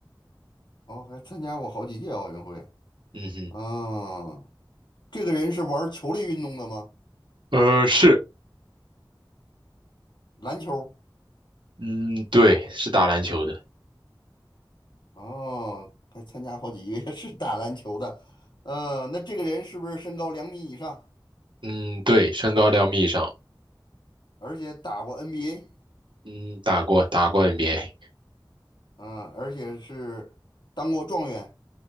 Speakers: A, on the left; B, on the right.
A: 哦，还参加过好几届奥运会。
B: 嗯哼，
A: 啊，这个人是玩儿球类运动的吗？
B: 呃，是，
A: 篮球
B: 嗯，对，是打篮球的。
A: 哦，还参加好几个 <laughs> 是打篮球的，呃，那这个人是不是身高两米以上，
B: 嗯，对，身高两米以上。
A: 而且打过 NBA
B: 嗯，打过打过 NBA。
A: 啊，而且是当过状元